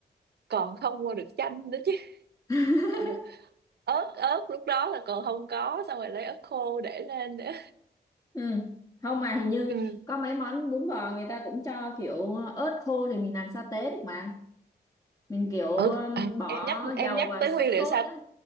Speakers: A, on the right (about 60°); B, on the left (about 20°).
A: còn không mua được chanh nữa chứ <laughs>
B: <laughs>
A: ừ. ớt ớt lúc đó là còn không có xong rồi lấy ớt khô để lên nữa
B: Ừ. Không mà hình như
A: ừ.
B: có mấy món bún bò người ta cũng cho kiểu ớt khô thì mình làm sa tế được mà. Mình kiểu um,
A: ừ. À,
B: bỏ
A: em nhắc em
B: dầu
A: nhắc
B: vào
A: tới
B: sốt
A: nguyên liệu
B: sốt
A: sa
B: á.